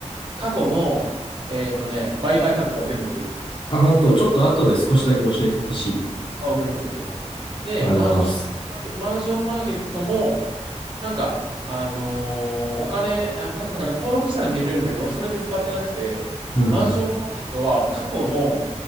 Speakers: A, on the right; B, on the left.
A: 過去の、えーっとね、売買価格が全部見れる。
B: あ、本当ちょっと後で少しだけ教えてほしい。
A: あ、送ります、送ります。で、
B: ありがとうございます。
A: マンションマーケ、マンションマーケットも、なんか、あのーお金、あお金、なんか登録したら見れるんだけど、俺それで使ってなくて、
B: うんうん。
A: マンションマーケットは過去の、